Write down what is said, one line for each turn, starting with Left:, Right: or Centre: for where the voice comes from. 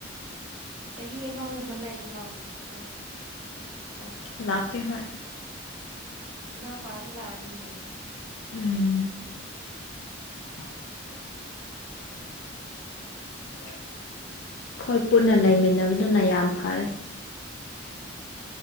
Right: ꯆꯍꯤ ꯑꯃꯒꯨꯝꯕ ꯂꯩꯔꯂꯣ ꯑꯗꯨꯒ ꯑꯃꯨꯛ ꯊꯣꯛꯈ꯭ꯔꯣ
Left: ꯂꯥꯚ ꯀꯦ ꯍ
Right: ꯏꯅ ꯄꯥꯁꯨꯂꯑꯅꯤꯌꯦ
Left: ꯎꯝ <unintelligible> ꯍꯣꯏ ꯄꯨꯟꯅ ꯂꯩꯃꯤꯟꯅꯕꯗꯨꯅ ꯌꯥꯝ ꯐꯔꯦ
Right: ꯎꯝ